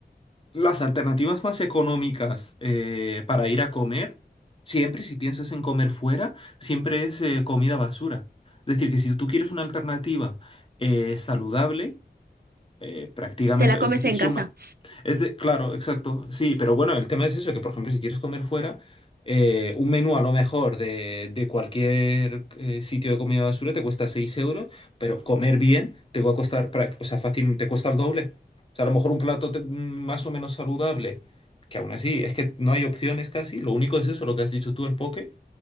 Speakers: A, on the left; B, on the right.
A: Las alternativas más económicas eh, para ir a comer, siempre si piensas en comer fuera, siempre es eh, comida basura. Es decir, que si tú quieres una alternativa eh, saludable, eh, prácticamente,
B: Te la comes
A: es decir,
B: en
A: si
B: casa.
A: un- es de, claro, exacto, sí, pero bueno, el tema es eso, que por ejemplo, si quieres comer fuera, eh, un menú a lo mejor de, de cualquier eh, sitio de comida basura te cuesta 6 euros, pero comer bien te va a costar, práct- o sea, fácil, te cuesta el doble. O sea, a lo mejor un plato te- mm, más o menos saludable, que aún así es que no hay opciones casi, lo único es eso, lo que has dicho tú, el poke,